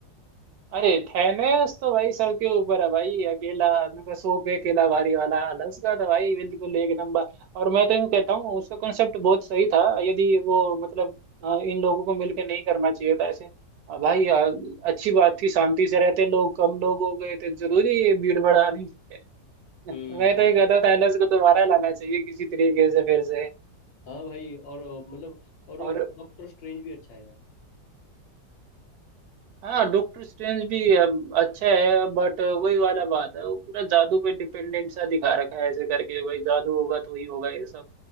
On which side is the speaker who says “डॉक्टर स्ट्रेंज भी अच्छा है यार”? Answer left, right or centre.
Left